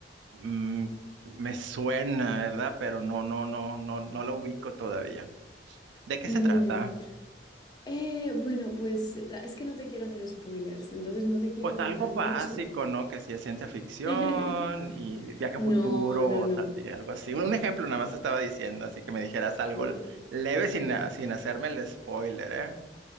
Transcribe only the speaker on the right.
mm, me suena, ¿verdad? Pero no, no, no, no, no lo ubico todavía. ¿De qué
se trata?
Pues
algo
básico, ¿no? Que sí es ciencia ficción
y viaje a
futuro,
o
sea, sí, algo así. Un, un ejemplo nada más estaba diciendo, así que me dijeras algo
leve sin, a- sin hacerme el spoiler, ¿eh?